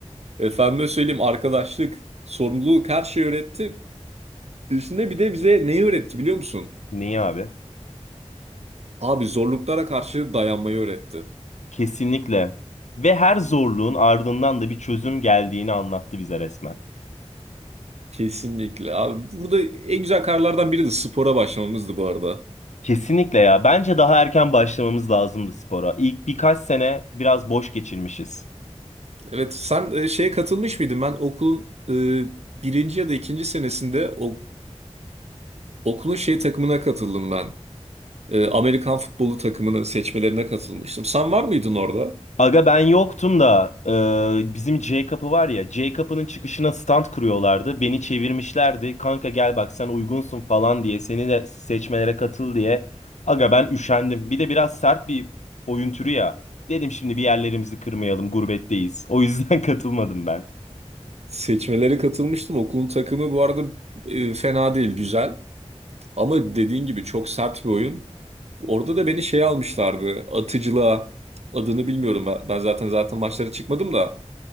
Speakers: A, on the right; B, on the left.
A: Efendime söyleyeyim arkadaşlık, sorumluluk her şeyi öğretti. Üstüne bir de bize neyi öğretti biliyor musun?
B: Niye abi?
A: Abi zorluklara karşı dayanmayı öğretti.
B: Kesinlikle. Ve her zorluğun ardından da bir çözüm geldiğini anlattı bize resmen.
A: Kesinlikle. Abi burada en güzel kararlardan biri de spora başlamamızdı bu arada.
B: Kesinlikle ya. Bence daha erken başlamamız lazımdı spora. İlk birkaç sene biraz boş geçirmişiz.
A: Evet, sen e, şeye katılmış mıydın? Ben okulun e, birinci ya da ikinci senesinde o, okulun şey takımına katıldım ben. E, Amerikan futbolu takımını seçmelerine katılmıştım. Sen var mıydın orada?
B: Aga ben yoktum da e, bizim J kapı var ya J kapının çıkışına stand kuruyorlardı. Beni çevirmişlerdi. Kanka gel bak sen uygunsun falan diye seni de seçmelere katıl diye. Aga ben üşendim. Bir de biraz sert bir oyun türü ya. Dedim şimdi bir yerlerimizi kırmayalım gurbetteyiz. O yüzden <laughs> katılmadım ben.
A: Seçmelere katılmıştım. Okulun takımı bu arada e, fena değil, güzel. Ama dediğin gibi çok sert bir oyun. Orada da beni şey almışlardı. Atıcılığa. Adını bilmiyorum. Ben ben zaten zaten maçlara çıkmadım da.